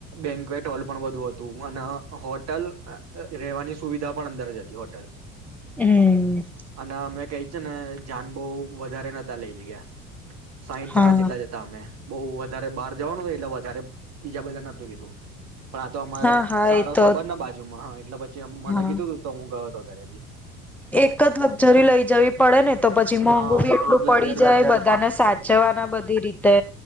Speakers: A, on the right (about 35°); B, in the centre.
A: બેન્કવેટ હોલ પણ બધું હતું અને હોટલ અ રહેેવાની સુવિધા પણ અંદર જ હતી હોટલ
B: હમ
A: અને અમે કઈ છે ને જાન બહુ વધારે નતા લઈ ગયા સાઇઠ
B: હા
A: જણા જેટલા જતા અમે બહુ વધારે બહાર જવાનું છે એટલે વધારે બીજા બધાના તું કીધું પણ આ તો અમારે
B: હા હા
A: સારો
B: એ તો
A: સબર ને બાજુમાં હા <unintelligible> પછ જેમ મને
B: હા
A: કીધું તું તો હું ગ તો ઘરે થી.
B: એક જ લક્ઝરી લઈ જવી પડે ને તો પછી મોંઘુ
A: હા
B: બી એટલું
A: એક
B: પડી
A: લક્ઝરીમાં
B: જાય બધાને સાચવાના બધી રીતે